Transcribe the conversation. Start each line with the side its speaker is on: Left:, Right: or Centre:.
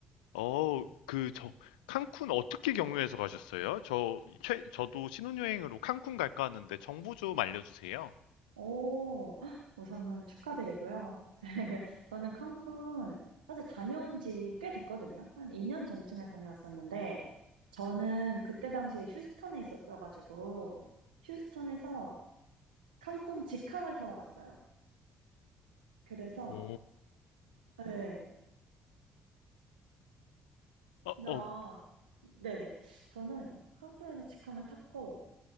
Left: 어, 그, 저, 칸쿤 어떻게 경유해서 가셨어요? 저, 최, 저도 신혼여행으로 칸쿤 갈까 하는데 정보 좀 알려주세요.
Right: 오, 우선은 축하드리고요. <laughs> 저는 칸쿤 사실 다녀온 지 꽤 됐거든요. 한 2년 전쯤에 다녀왔었는데, 저는 그때 당시에 휴스턴에 있었어가지고, 휴스턴에서 칸쿤 직항을 타고 갔어요. 그래서,
Left: 오,
Right: 네,
Left: 어,
Right: 나,
Left: 어,
Right: 네네. 저는 칸쿤에서 직항을 탔고,